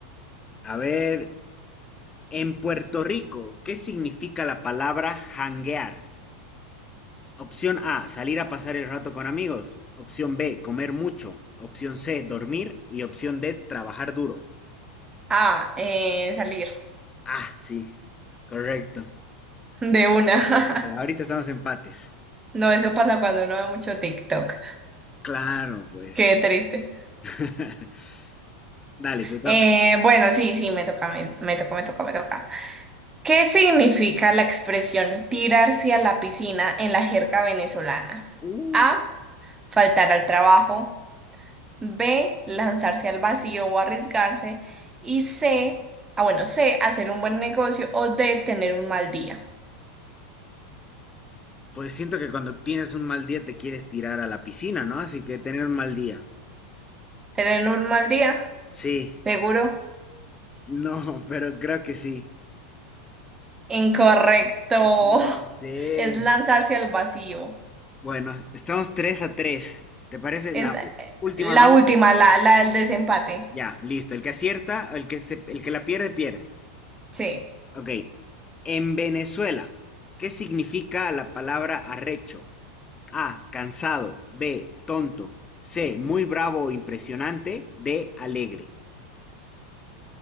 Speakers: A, on the left; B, on the right.
A: A ver, En Puerto Rico, ¿qué significa la palabra janguear? Opción A, salir a pasar el rato con amigos. Opción B, comer mucho. Opción C, dormir. Y opción D, trabajar duro.
B: Ah, eh, salir
A: Ah, sí, correcto.
B: de una. <laughs>
A: Ahorita estamos empates.
B: No, eso pasa cuando uno ve mucho TikTok.
A: Claro, pues.
B: Qué triste.
A: <laughs> Dale, te toca.
B: Eh, bueno, sí, sí, me toca, me, me toca, me toca, me toca. ¿Qué significa la expresión tirarse a la piscina en la jerga venezolana?
A: Uh,
B: A, faltar al trabajo. B, lanzarse al vacío o arriesgarse. Y C, ah, bueno, C, hacer un buen negocio. O D, tener un mal día.
A: pues siento que cuando tienes un mal día te quieres tirar a la piscina, ¿no? Así que tener un mal día.
B: ¿Tener un mal día?
A: Sí,
B: Seguro.
A: no, pero creo que sí.
B: Incorrecto.
A: No
B: <laughs>
A: puede ser.
B: Es lanzarse al vacío.
A: Bueno, estamos 3 a 3. ¿Te parece
B: Es
A: la
B: eh,
A: u- última
B: la
A: ronda?
B: última, la, la del desempate.
A: Ya, listo. El que acierta, el que se- el que la pierde, pierde.
B: Sí.
A: Ok. En Venezuela, ¿qué significa la palabra arrecho? A, cansado. B, tonto. C, muy bravo o impresionante. D, alegre.